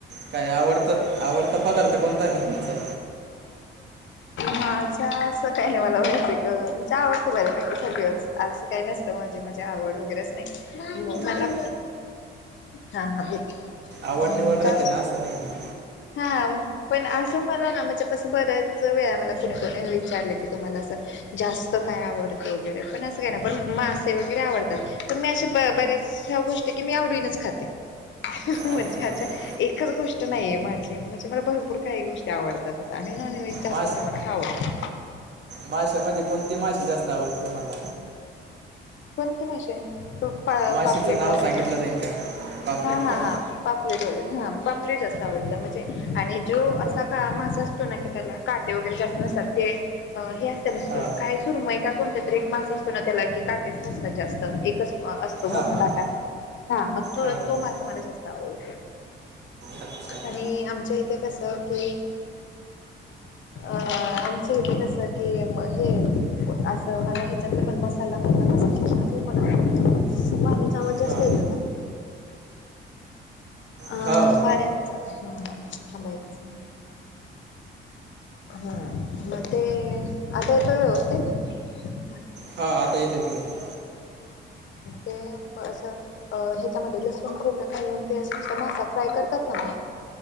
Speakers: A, on the right; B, on the left.
A: काय आवडतं आवडता पदार्थ कोणता आहे मग तुमचा?
B: माझ्या असं काही नाही मला आवडतं म्हणजे आवडतं बऱ्यापैकी सगळंच असं काही नाही. म्हजे म्हजे आवड वगैरेच नाही मला
A: नाही
B: हा घेते
A: आवड निवड राहते
B: जास्त
A: ना असं नाही नाही.
B: हा. पण आस मला ना मला माझ्या बऱ्याच वेळा मला कोणी कोणी विचारले की तुम्हाला असं जास्त काय आवडतं वगैरे पण असं काय ना, पण मासे वगैरे आवडतात पण मी असे बरेच ह्या गोष्ट की मी आवडीनच खाते म्हणजे
A: अच्छा
B: एकच गोष्ट नाहीये म्हण म्हणजे मला भरपूर काही गोष्टी आवडतात असं आणि नॉनव्हेज जास्त
A: माश
B: प्रमाणात आवडतं
A: माशामध्ये कोणती मासे जास्त आवडतात तुम्हाला
B: कोणते मासे पापलेट
A: माशीचं नाव
B: वगैरे
A: सांगितलं जाईल का पापलेट
B: हा हा
A: का
B: हा पापलेट झालेल हां पापलेट जास्त आवडतं म्हणजे आणि जो असा काळा असं असतो ना की त्याला काटे वगैरे जास्त नसतात ते हे अस
A: हां
B: काय सुरूमय का कोणत तरी एक मास असतो ना त्याला कि काटेच नसतात जास्त एकच अस तो मोठा
A: हां हां
B: काटा हा मग तो,
A: आहे
B: तो
A: ना आहे
B: मासा
A: ना.
B: मला जास्त आवडतो.
A: अच्छा
B: आणि आमच्या इथे कसं कि अ आमच्या इथे कस की हे असं मला ह्याच्यातलं पण मसाला मधला तो पण वाऱ्याचा आवाज जास्त
A: हां
B: येतो का? अ
A: हां
B: वाऱ्याच हा हा थांबा एकच मिनट ह म आता येतोय व्यवस्थितेत
A: हा आता येत आहे ऐकायला.
B: तें अ ह्याच्यामध्ये लसूण खोबरं घालून ते असं असून मासा फ्राय करतात ना मला